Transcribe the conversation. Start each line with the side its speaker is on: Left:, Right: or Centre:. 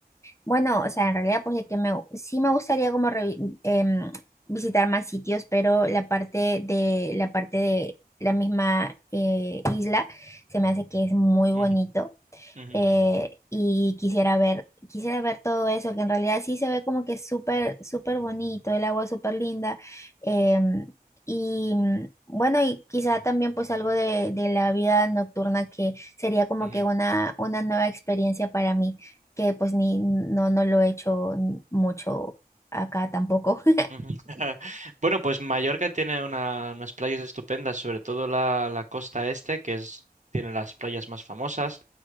Left: Bueno, o sea, en realidad pues de que me, sí me gustaría como revi- em, visitar más sitios, pero la parte de la parte de la misma eh, isla se me hace que es muy
Right: Ujú,
Left: bonito
Right: ujú,
Left: eh, y quisiera ver, quisiera ver todo eso, que en realidad sí se ve como que es súper, súper bonito, el agua es súper linda. em, y mm, bueno, y quizá también pues algo de, de la vida nocturna que sería como
Right: ujú.
Left: que una, una nueva experiencia para mí, que pues ni, no, no lo he hecho mucho acá tampoco. <laughs>
Right: Ujú. <laughs> Bueno, pues Mallorca tiene una- unas playas estupendas, sobre todo la, la costa este, que es, tiene las playas más famosas.